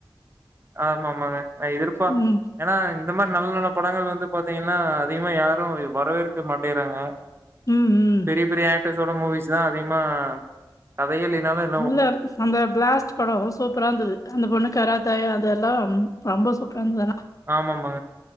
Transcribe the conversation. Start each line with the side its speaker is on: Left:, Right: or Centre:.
Right: ஆமாமாங்க எதிர்ப்பா
Left: ம்.
Right: ஏன்னா இந்த மாரி நல்ல நல்ல படங்கள் வந்து பாத்தீங்கன்னா அதிகமா யாரோ வரவேற்க மாட்டுகிறாங்க
Left: உம் உம்
Right: பெரிய பெரிய ஆக்டர்ஸோட மூவிஸ் தா அதிகமா கதையே இல்லீனாலோ
Left: இல்ல அந்த பிளாஸ்ட் படம் சூப்பரா இருந்தது அந்த பொண்ணு கராத்தே அதுல்லாமன ரொம்ப சூப்பரா இருந்ததுதல்லா
Right: ஆமா ஆமா